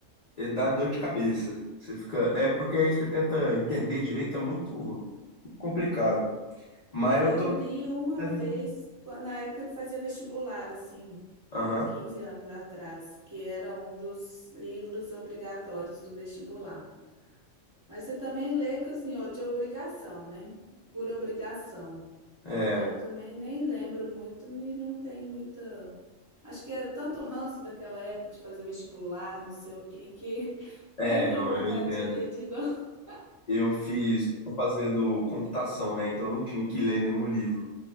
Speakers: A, on the left; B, on the right.
A: é, dá dor de cabeça. Você fica. É porque aí você tenta entender direito, é muito, muito complicado. Mas eu
B: Eu
A: tô
B: li uma
A: tentando.
B: vez, qua- na época que fazia vestibular, assim,
A: Aham.
B: há 15 anos atrás, que era um dos livros obrigatórios do vestibular. Mas você também lê, que, assim, ó, de obrigação, né? Por obrigação.
A: É.
B: Então, também nem lembro muito e não tem muita. Acho que é tanto ranço daquela época de fazer vestibular, não sei o quê, que <laughs>
A: É,
B: nem tenho
A: não,
B: vontade
A: eu entendo.
B: de ler de novo.
A: Eu fiz, tô fazendo computação, né? Então eu não tinha que ler nenhum livro.